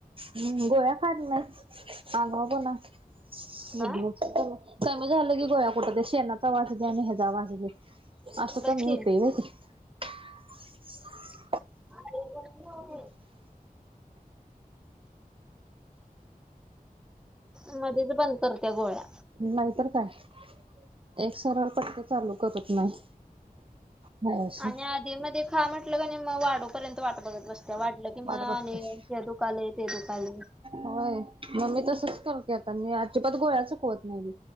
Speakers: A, on the right; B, in the centre.
A: हम्म गोळ्या खात नाही आगावपणा मधनच.
B: हा
A: कमी झालं की गोळ्या कुठं ते शेनाचा वास येतोय आणि हेचा वास येतो आसं
B: बघ
A: कमी
B: की
A: होतय व्हय ते? <inaudible>
B: <unintelligible> मध्येच बंद करत्या गोळ्या.
A: नाहीतर काय एक सरळ पटक्यात चालू करत नाही. नाही असं
B: आणि आधे मध्ये खा म्हटलं कनी मग वाढूपर्यंत वाट बघत बसत्या वा ढलं की
A: वाट
B: म
A: बघतेस
B: आणि हे दुकालय, ते दुखालय.
A: होय मग मी तसच करते आता मी अजिबात गोळ्याच चुकवत नाही मी